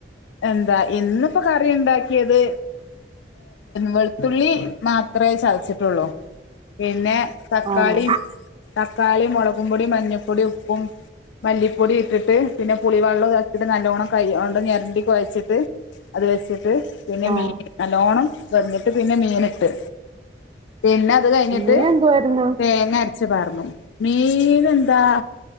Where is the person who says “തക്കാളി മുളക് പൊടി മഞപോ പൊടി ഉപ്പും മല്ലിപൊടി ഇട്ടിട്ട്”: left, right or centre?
Left